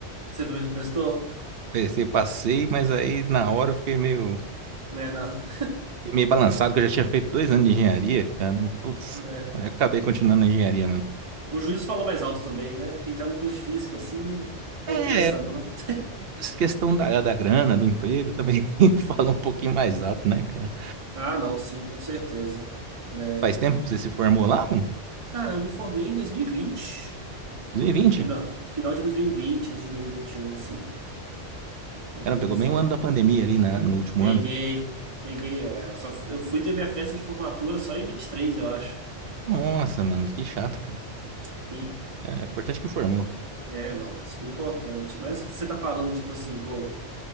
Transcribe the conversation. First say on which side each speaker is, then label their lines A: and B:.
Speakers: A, on the right; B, on the right.
A: Você prestou?
B: Prestei, passei, mas aí na hora eu fiquei meio
A: Né, na...
B: Fiquei meio balançado, que eu já tinha feito dois anos de engenharia, cara. Eu, putz,
A: <laughs> né.
B: aí acabei continuando na engenharia, né?
A: O juiz falou mais alto também, né? Porque entrar no curso de física, assim, não compensa,
B: É,
A: não.
B: essa questão da, da grana, do emprego também <laughs> fala um pouquinho mais alto, né, cara?
A: Ah, não, sim, com certeza. É.
B: Faz tempo que você se formou lá, mano?
A: Cara, eu me formei em 2020.
B: dois mil e vinte
A: Final, final de 2020, início de 2021, assim. Foi
B: Cara,
A: quando
B: pegou
A: eu me formei.
B: bem o ano da pandemia ali na, no último
A: Peguei,
B: ano.
A: peguei. é, só, eu fui ter minha festa de formatura só em 23, eu acho.
B: Nossa, mano, que chato, cara.
A: Sim.
B: É é importante que formou.
A: É, não. Isso foi importante. Mas você tá falando, tipo assim, pô,